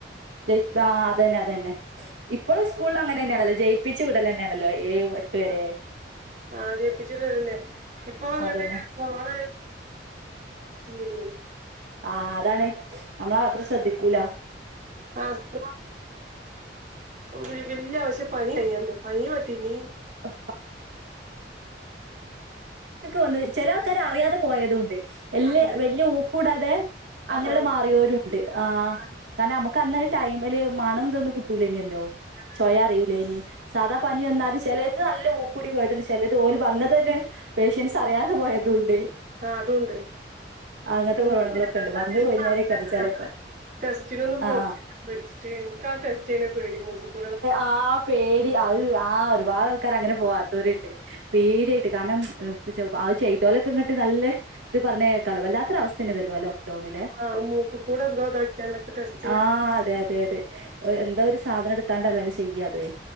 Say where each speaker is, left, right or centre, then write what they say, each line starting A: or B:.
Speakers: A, on the right; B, on the right.
A: <unintelligible> അതന്നെ അതന്നെ ഇപ്പഴും സ്കൂള്ല് അങ്ങനെന്നാണ ല്ലേ. ജയിപ്പിച്ച് വിടലെന്നെണല്ലോ ഏഴ് എട്ട് വരെ
B: ആ ആ ജയിപ്പിച്ചുവെടുകതന.... ഇപ്പോൾ
A: അതന്നെ
B: കൊറോണ <unintelligible>
A: ആ.. അതാണ് നമ്മള് അത്ര ശ്രദ്ധിക്കുലാ
B: ആ <unintelligible> വഴിവെട്ടിനീ
A: <unintelligible> ക് വന്ന് ചെല ആൾക്കാര് അറിയാതെ പോയതും ഒണ്ട് എല്ലാ
B: ആഹ് ഇണ്ട്
A: വല്ല്യ ഊ കൂടാതെ അങ്ങനെ
B: ആഹ്
A: അട് മാറിയോരും ഉണ്ട് ആ
B: ആഹ്
A: കാരണം അമ്മക് വന്ന ടൈമിൽ മണം ഇതൊന്നും കിട് ട്ടൂല്ലല്ലോ
B: അല്ല
A: സ്വയം അറിയിലേനി സാധാ പനി വന്നാല് ചെലത് നല്ല ഉകൂടി പോയത് ചെലത് ഓര് വന്നത് തന്നെ പേഷ്യന്റ്സ് അറിയാതെ പോയതും ഒണ്ട്
B: അഹ് അതുണ്ട്
A: അങ്ങനത്തെ
B: <unintelligible>
A: കൊറോണകളൊക്കെ ഉണ്ട് വന്ന് പോയിഞ്ഞോരൊക്കെ ചിലപ്പോ ആ ആ പേടി അവര് ആ ഒരുപാട് ആൾക്കാർ അങ്ങനെ പോവാത്തവരുണ്ട് പേടിയായിട്ട് കാരണം ആത് ചെയ്തോലൊക്കെങ്ങട്ട് നല്ല ഇത് പറഞ്ഞക്കാലോ വല്ലാത്ത ഒരവസ്ഥേന്ന തല്ലോ അല്ലോ
B: ആഹ് മൂക്ക് കൂടെ എന്തോ ഇതാക്കിയാണ്ടൊക്കെ ടെസ്റ്റ് ചെയ്യാ
A: ആ അതെതെ അതെന്ത സാധനടു ത്താണ്ടല്ലേ ചെയ്യാെ